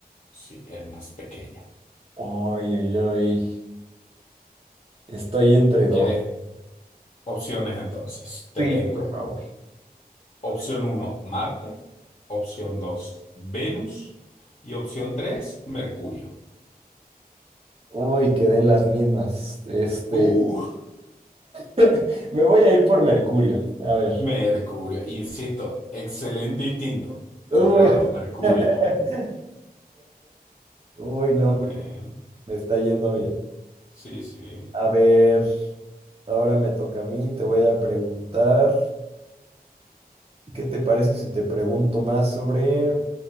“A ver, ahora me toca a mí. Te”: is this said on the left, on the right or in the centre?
Right